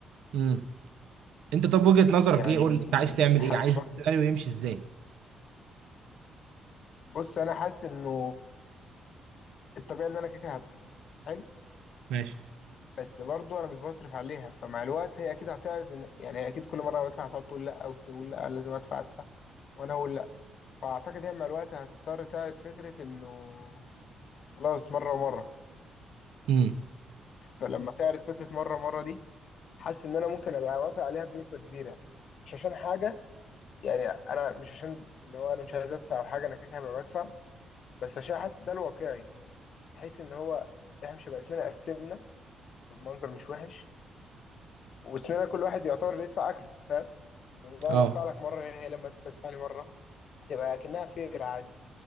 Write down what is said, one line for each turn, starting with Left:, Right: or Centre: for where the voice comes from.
Right: امم انت طب وجهه نظرك
Left: يعني
Right: ايه قول لي انت عايز تعمل
Left: حاسس
Right: ايه عايز
Left: برضو
Right: السيناريو يمشي ازاي
Left: بص انا حاسس انه الطبيعي ان انا كده كده هدفع حلو؟
Right: ماشي
Left: بس برضو انا مش بصرف عليها فمع الوقت هي اكيد هتعرض إن- يعني هي اكيد كل مره أنا بدفع هتقعد تقول لا وتقول لا لازم ادفع ادفع وانا اقول لا فاعتقد هي مع الوقت هتضطر تعرض فكره انه خلاص مره ومره
Right: امم
Left: فلما تعرض فكره مره ومره دي حاسس ان انا ممكن ابقى وافق عليها بنسبه كبيره مش عشان حاجه يعني انا مش عشان اللي هو انا مش عايز ادفع او حاجه انا كده كده هبقى بدفع بس عشان حاسس ده الواقعي بحيث ان هو احنا مش هيبقى اسمنا قسمنا بالمنظر مش وحش واسمنا كل واحد يعتبر بيدفع اكله لا
Right: اه
Left: ما ادفع لك مره هي لما انت تدفع لي مره هتبقى اكنها فير عادي